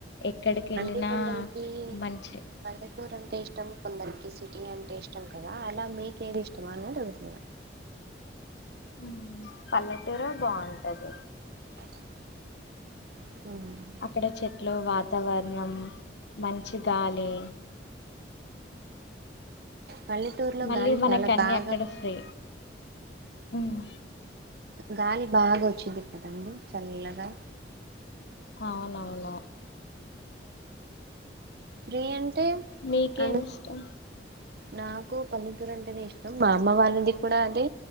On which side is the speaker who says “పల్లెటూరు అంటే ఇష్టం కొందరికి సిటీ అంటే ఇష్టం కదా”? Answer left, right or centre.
Right